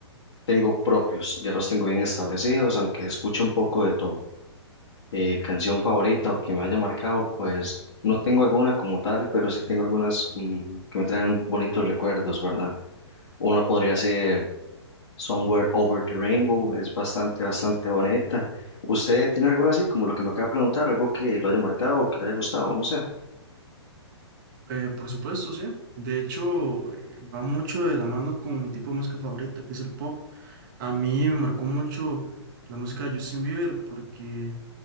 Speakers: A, on the left; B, on the right.
A: tengo propios, ya los tengo bien establecidos, aunque escucho un poco de todo. Eh, canción favorita o que me haya marcado, pues no tengo alguna como tal, pero sí tengo algunas mm, que me traen bonitos recuerdos, ¿verdad? Una podría ser Somewhere Over the Rainbow, es bastante, bastante bonita. ¿Usted tiene alguna así, como lo que me acaba de preguntar, algo que lo haya marcado o que le haya gustado? No sé.
B: Eh, por supuesto, sí. De hecho, eh, va mucho de la mano con mi tipo de música favorita, que es el pop. A mí me marcó mucho la música de Justin Bieber porque